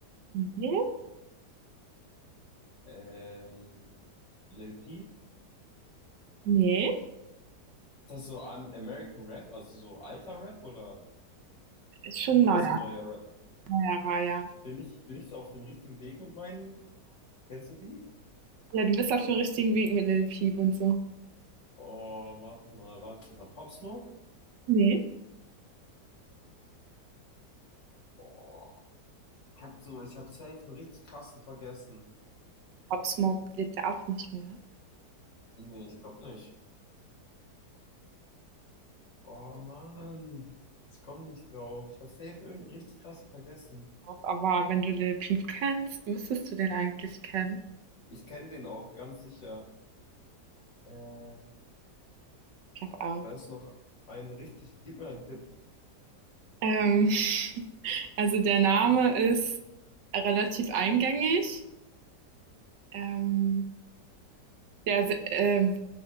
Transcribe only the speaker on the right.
Nee,
nee,
ist schon
neuer,
neuerer, ja.
Ja, du bist auf dem richtigen Weg mit Lil Peep und so.
Nee,
Pop Smoke lebt ja auch nicht mehr.
aber wenn du Lil Peep kennst, müsstest du den eigentlich kennen.
Ich glaube auch.
Ähm, <laughs> Also der Name ist relativ eingängig. Ähm, der, si- ähm,